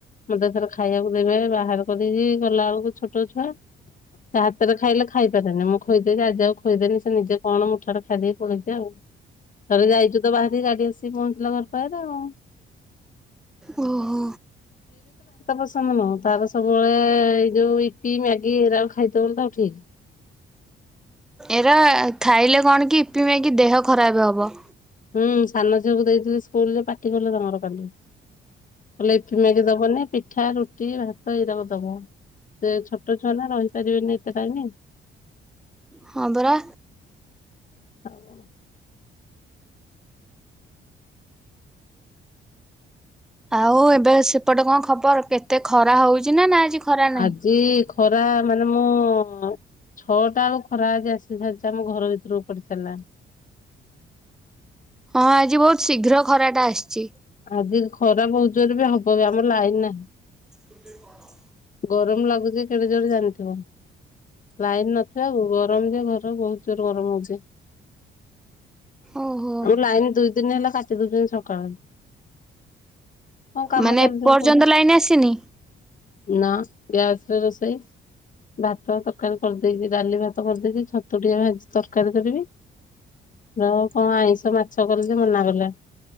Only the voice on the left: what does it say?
ମତେଥର ଖାଇବାକୁ ଦେବେ ବାହାର କରିକି, ଗଲା ବେଳକୁ ଛୋଟ ଛୁଆ ସେ ହାତରେ ଖାଇଲେ ଖାଇପାରେନି। ମୁଁ ଖୋଇଦେ ଯେ ଆଜି ଆଉ ଖୋଇଦେନି। ସେ ନିଜେ କଣ ମୁଠା ଟା ଖାଇଦେଇ ପଲେଇଛି ଆଉ। ଥରେ ଯାଇଛୁ ତ ବାହାରିକି ଗାଡି ଆସିକି ପହଞ୍ଚିଲା ଘର ପାରେ ଆଉଁ।
ପସନ୍ଦ ନୁହଁ ତାର ସବୁବେଳେ-ଏ-ଏ ଏଇ ଯୋଉ ଇପି ମ୍ୟାଗି ଏଇରାକୁ ଖାଇଥବଲ ତ ଠିକ୍।
ହୁଁ ସାନ ଝିଅକୁ ଦେଇଥିଲି, ସ୍କୁଲ ରେ ପାଟି କଲେ ତାଙ୍କର କାଲି। ଲେ ଇପି ମ୍ୟାଗି ଦବନି। ପିଠା, ରୁଟି, ଭାତ ଏଇରାକ ଦବ। ସେ ଛୋଟ ଛୁଆ ନା ରହିପାରିବେନି ଏତେ ଟାଇମି।
ଆଉ କଣ?
ଆଜି ଖରା ମାନେ ମୁଁ-ଉଁ -ଉଁ ଛଅଟା ଆଳୁ ଖରାଆଜି ଆସି ସାରିଛି, ଆମ ଘର ଭିତରକୁ ପଡି ସାରିଲାଣି।
ଆଜି ଖରା ବହୁଜୋରେ ବି ହବ ବି ଆମ ଲାଇନ ନାହିଁ।
ଗରମ ଲାଗୁଛି କେଡେ ଜୋରେ ଜାଣିଥିବ। ଲାଇନ ନଥିବାକୁ ଗରମ ଯେ ଘର ବହୁତ ଜୋର୍ ଗରମ ହଉଛି।
ଆମ ଲାଇନ୍ ଦୁଇ ଦିନ ହେଲା କାଟ୍ ଟି ଦଉଚନ୍ତି ସକାଳ। ହଁ କାମ
ଚାଲିଥିବ
ପୁଣି।
ନା ଗ୍ୟାସ ରେ ରୋଷେଇ ଭାତ ତରକାରୀ କରିଦେଇଛି। ଡାଲି ଭାତ କରିଦେଇଛି। ଛତୁଟିଏ ଭାଜି ତରକାରୀ କରିବି। ର କଣ ଆଇଁଷ ମାଛ କଲେ ଯେ ମନା କଲେ।